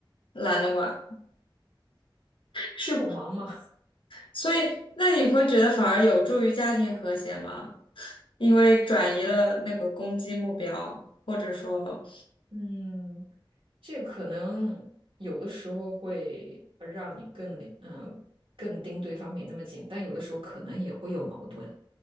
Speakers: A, on the left; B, on the right.
A: 懒得管，是，
B: 因为我忙嘛，
A: 所以那你会觉得反而有助于家庭和谐吗？因为转移了那个攻击目标，或者说，
B: <laughs> 嗯，这可能有的时候会让你更嗯更盯对方没那么紧，但有的时候可能也会有矛盾，